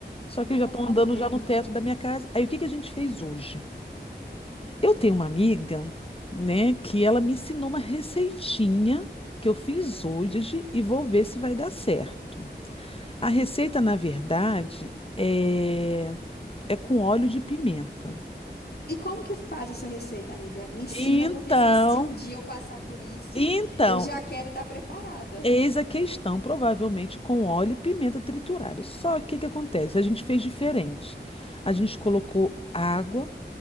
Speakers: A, on the left (about 30°); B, on the left (about 60°).
A: Só
B: Nossa,
A: que eles já estão andando
B: amiga.
A: já no teto da minha casa. Aí, o que que a gente fez hoje? Eu tenho uma amiga, né, que ela me ensinou uma receitinha que eu fiz hoje e vou ver se vai dar certo. A receita, na verdade, é, é com óleo de pimenta.
B: E como que faz essa receita, amiga? Me ensina,
A: Então,
B: porque assim, se um dia eu passar por isso,
A: então,
B: eu já quero estar preparada.
A: eis a questão, provavelmente com óleo e pimenta triturada. Só que o que que acontece? A gente fez diferente. A gente colocou água,